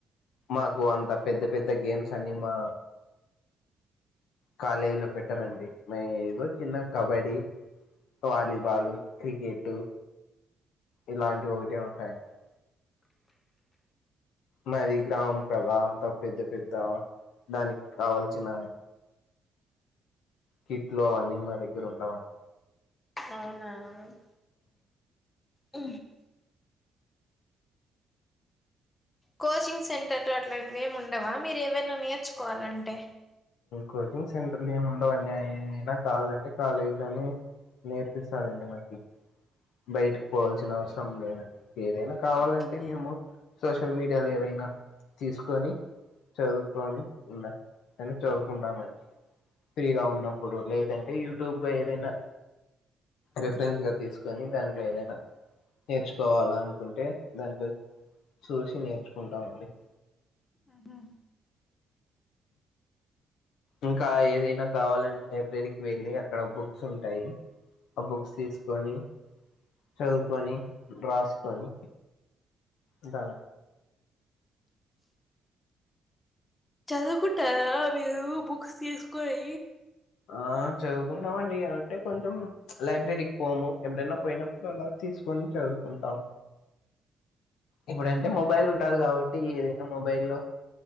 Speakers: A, on the left; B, on the left.
A: మాకు అంత పెద్ద పెద్ద గేమ్స్ అన్ని మా కాలేజీలో పెట్టరాండ్డి ఏదో చిన్న కబడ్డీ వాలీబాలు క్రికెట్ ఇలాంటి ఒకటే ఉంటాయండి మది గ్రామం కదా అంత పెద్ద పెద్ద దానికి కావల్సిన కిట్లు అవన్నీ మా దగ్గర ఉండవాి
B: అవునా అవును ఆ కోచింగ్ సెంటర్లు అట్లాంటివి ఏమి ఉండవా మీరు ఏవైనా నేర్చుకోవాలంటే
A: కోచింగ్ సెంటర్లు ఏమి ఉండవుండి అదనా కాాలంటే కాలేజీ లోనే నేర్పిస్తానండి మాకి బయటకి పోవాల్సిన అవసరం లేదండి ఏదైనా కావాలంటే
B: ఓకే
A: మేము సోషల్ మీడియాలో ఏవైనా తీసుకొని చదుకోని ఉన్నా అని చదువుకుంటామండి ఫ్రీగా ఉన్నప్పుడు లేదంటే యూట్యూబ్గా ఏదైనా రిఫరెన్స్ గా తీసుకొని దాంట్లో ఏదైనా నేర్చుకోవాలా అనుకుంటే దాంట్లో చూసి నేర్చుకుంటామండి
B: ఆహా
A: ఇంకా ఏదైనా కావాలంటే లైబ్రరీకి వెళ్ళి అక్కడ బుక్స్ ఉంటాయి ఆ బుక్స్ తీసుకొని చదువుకొని రాసుకొని అదా
B: చదువుకుంటారా మీరు బుక్స్ తీసుకొని
A: ఆ చదువుకుంటామండి అంటే కొంచెం లైబ్రరీకి పోము ఎప్పుడైనా పోయినప్పుడు అలా తీసుకొని చదువుకుంటాము ఇప్పుడంటే మొబైల్ ఉంటాది కాబట్టి ఏదైనా మొబైల్లో